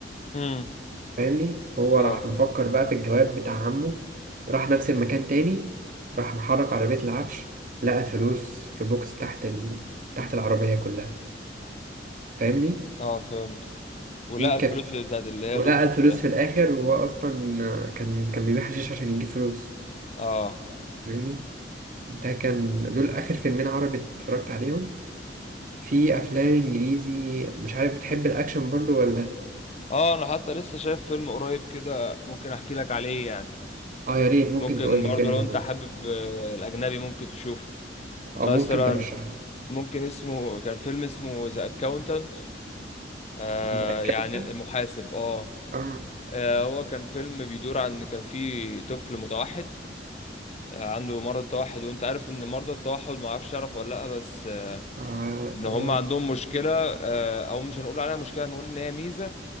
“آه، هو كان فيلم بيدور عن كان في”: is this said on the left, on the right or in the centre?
Left